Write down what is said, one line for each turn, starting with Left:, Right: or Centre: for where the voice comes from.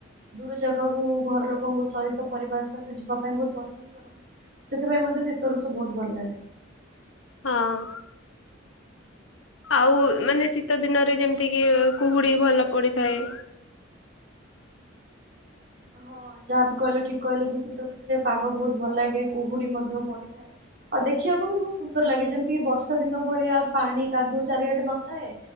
Right: ଦୂର ଜାଗାକୁ ଘର ଲୋକଙ୍କ ସହିତ ପରିବାର ସହିତ ଯିବା ପାଇଁ ବହୁତ ପସନ୍ଦ କରନ୍ତି। ସେଥିପାଇଁ ମୋତେ ଶୀତଋତୁ ବହୁତ ଭଲ ଲାଗେ।
Left: ହଁ। ଆଉ ମାନେ ଶୀତ ଦିନରେ ଯେମତି କିି କୁହୁଡି ଭଲ ପଡିଥାଏ।
Right: ହଁ ଯାହାବି କହିଲ ଠିକ କହିଲ। ଯେ ଶୀତ ଋତୁରେ ପାଗ ବହୁତ ଭଲ ଲାଗେ। କୁହୁଡି ମଧ୍ୟ ପଡିଥାଏ। ଆଉ ଦେଖିବାକୁ ବି ବହୁତ ସୁନ୍ଦର ଲାଗେ। ଯେମିତିକି ବର୍ଷା ଦିନ ଭଳିଆ ପାଣି କାଦୁଅ ଚାରିଆଡେ ନଥାଏ।